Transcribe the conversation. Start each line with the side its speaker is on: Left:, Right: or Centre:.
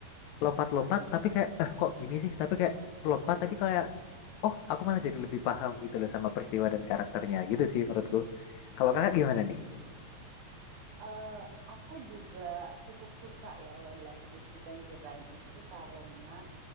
Left: lompat-lompat tapi kayak eh kok gini sih tapi kayak lompat tapi kayak oh aku malah jadi lebih paham gitu loh sama peristiwa dan karakternya gitu sih menurutku kalau kakak gimana nih
Right: Eh, aku juga cukup suka ya Wildlife Gives You Tangerine itu karena